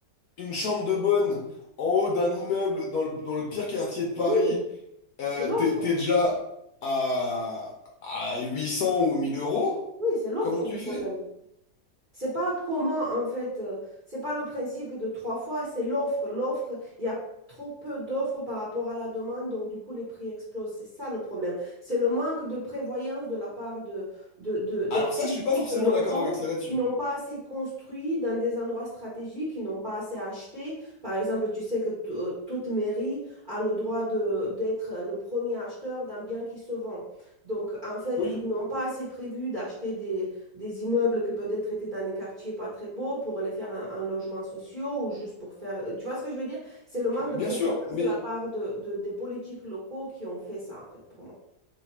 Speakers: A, on the left; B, on the right.
A: une chambre de bonne en haut d'un immeuble dans le, dans le pire quartier de Paris,
B: Oui,
A: euh,
B: c'est l'offre.
A: t'es, t'es déjà à, à 800 ou 1000 euros,
B: Oui, c'est l'offre
A: comment tu
B: le problème.
A: fais?
B: C'est pas comment, en fait, euh, c'est pas le principe de trois fois, c'est l'offre. L'offre, il y a trop peu d'offres par rapport à la demande, donc du coup, les prix explosent. C'est ça le problème. C'est le manque de prévoyance de la part de, de- de- des
A: Alors
B: politiques
A: ça, je suis pas forcément
B: locaux
A: d'accord avec ça là-dessus.
B: qui n'ont pas assez construit dans des endroits stratégiques, qui n'ont pas assez acheté. Par exemple, tu sais que t- euh, toute mairie a le droit de, d'être le premier acheteur d'un bien qui se vend. Donc, en fait,
A: Oui,
B: ils n'ont pas assez prévu d'acheter des des immeubles que peut-être étaient dans des quartiers pas très beaux pour les faire un, un logement social ou juste pour faire... euh, Tu vois ce que je veux dire? C'est le manque de
A: bien
B: prévoyance
A: sûr, mais
B: de la part de, de- des politiques locaux qui ont fait ça, en fait, pour moi.